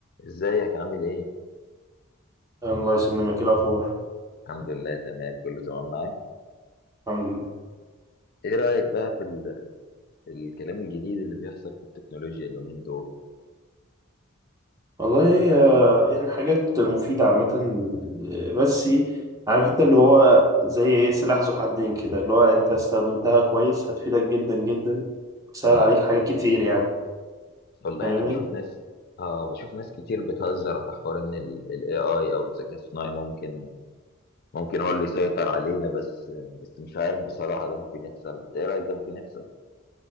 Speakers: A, on the left (about 45°); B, on the right (about 15°).
A: ازيك عامل ايه؟
B: الله يسلمك إيه الأخبار
A: الحمد لله تمام كله تمام معاك
B: الحمد لله
A: ايه رأيك بقى في ال... الكلام الجديد اللي بيحصل في التكنولوجيا اليومين دول
B: والله آه، يعني حاجات مفيدة عامة آه، بس عارف أنت اللي هو زي إيه سلاح ذو حدين كده اللي هو أنت استخدمتها كويس هتفيدك جدا جدا وتسهل
A: اه
B: عليك حاجات كتير يعني
A: والله
B: فاهمني؟
A: انا بشوف ناس اه بشوف ناس كتير بتهزر على حوار ان الاي اي او الذكاء الصناعي ممكن ممكن هو اللي يسيطر علينا بس بس مش عارف بصراحة ده ممكن يحصل انت ايه رأيك ده ممكن يحصل